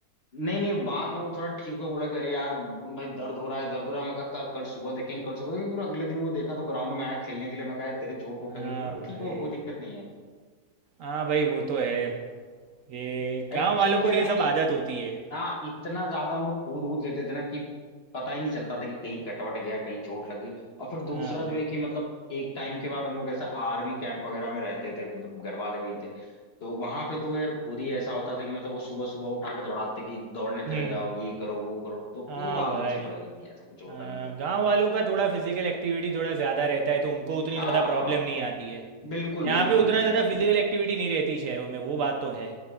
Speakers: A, on the left (about 45°); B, on the right (about 65°).
A: नहीं नहीं बाद में वो थोड़ा ठीक हुआ बोला कि अरे यार भाई दर्द हो रहा है दर्द हो रहा है मैं कहा "कल कल सुबह देखेंगे कल सुबह देखेंगे पूरा अगले दिन वो देखा तो ग्राउंड में आया खेलने के लिए मैं कहा "यार, तेरे चोट वोट
B: हाँ
A: लगी तो बोला
B: भाई
A: ठीक हो कोई दिक्कत नहीं है
B: हाँ भाई वो तो है ये गांव
A: एक्चुअली
B: वालों
A: क्या
B: को
A: है
B: ये
A: ना
B: सब
A: कि
B: आदत होती है
A: हाँ इतना ज्यादा हम लोग कूद वूद लेते थे ना कि पता ही नहीं चलता था कि कहीं कटवट गया कहीं चोट लग गई और फिर
B: हाँ
A: दूसरा
B: भाई
A: जो है कि मतलब एक टाइम के बाद हम लोग ऐसा आर्मी कैंप वगैरह में रहते थे मतलब घर वाले वहीं थे तो वहां पे तो यार खुद ही ऐसा होता था कि मतलब वो सुबह सुबह उठा के दौड़ाते कि दौड़ने
B: हम्म
A: चले जाओ ये करो वो करो तो
B: हाँ
A: वो आदत
B: भाई
A: सी पड़ गई थी ऐसा कुछ होता
B: हाँ,
A: नहीं था
B: गांव वालों का थोड़ा फिजिकल एक्टिविटी थोड़ा ज़्यादा रहता है तो उनको उतनी
A: हाँ
B: ज़्यादा प्रॉब्लम
A: हाँ
B: नहीं आती है
A: बिल्कुल
B: यहाँ
A: बिल्कुल
B: पे उतना
A: नहीं
B: ज़्यादा
A: बिल्कुल
B: फिजिकल
A: नहीं
B: एक्टिविटी नहीं रहती शहरों में वो बात तो है